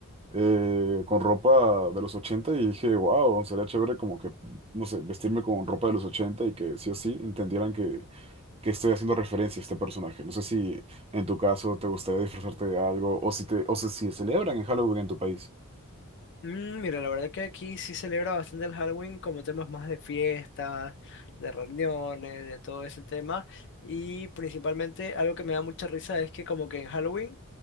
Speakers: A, on the right; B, on the left.
A: eh, con ropa de los 80 y dije, wow, sería chévere como que, no sé, vestirme con ropa de los 80 y que sí o sí entendieran que, que estoy haciendo referencia a este personaje. No sé si en tu caso te gustaría disfrazarte de algo o si te, o si si celebran en Halloween en tu país.
B: Mm, mira, la verdad que aquí sí celebra bastante el Halloween como temas más de fiestas, de reuniones, de todo ese tema. Y principalmente algo que me da mucha risa es que como que en Halloween